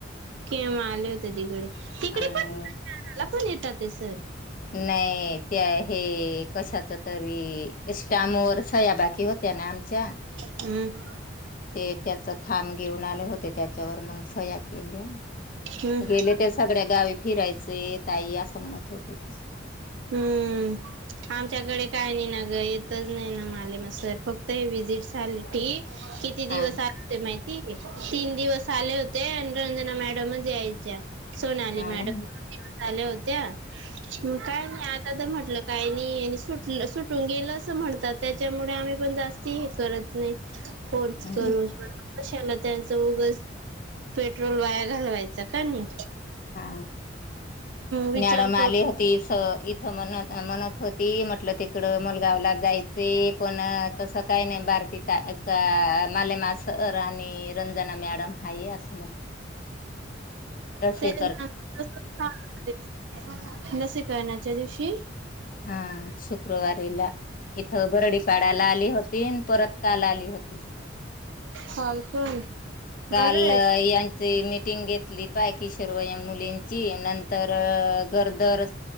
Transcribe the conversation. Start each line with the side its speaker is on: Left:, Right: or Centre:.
Right: केम आले होते तिकडे तिकडे
Left: आणि
Right: पण मला पण येतात ते सर
Left: नाही ते हे कशाच तरी स्टयाम वर सयाबाकी होत्या ना आमच्या
Right: उम्म्म
Left: ते त्याच खाब घेऊन आले होते त्याच्यावर मग सया केल्या
Right: हम्म
Left: गेले ते सगळ्या गावी फिरायचे ताई असं म्हणत होते ते
Right: हम्म आमच्याकडे काय नाही ना गं येतच नाही ना माले म सर फक्त हे वि्हिजिट झाले ठी किती दिवस
Left: हा
Right: आते माहिती आहे काय तीन दिवस आले होते आणि रंजना मॅडमच यायच्या सोनाली
Left: हा
Right: मॅडम
Left: ना
Right: आल्या होत्या त्या ह् काय नाही आता तर म्हटलं काय नाही आणि सुट सुटून गेलं असं म्हणतात त्याच्यामुळे आम्ही पण जास्ती हे करत नाही फोर्स
Left: हा
Right: करून कशाला पण त्यांचं उगस पेट्रोल वाया घालवायच का मी
Left: हा
Right: विचार
Left: मॅडम आल्या
Right: करू
Left: होत्या तर इ थमनाथं अमनाथं होते ते मन म्हटलं तिकड मुलगावला जायचे पण तसं काही नाही बारती त आहे माला मास सर आणि रंजना मॅडम हाय अस तसें
Right: <inaudible> लसीकरणाच्या दिवशी
Left: हा शुक्रवारीला इथं बरडीकाडालयला आली हो पेन परत काल आली होती
Right: कॉल करून
Left: काल
Right: बरंय
Left: यांची मीटिंग घेतली पाय कि सर्व या मुलींची नंतर गरदोर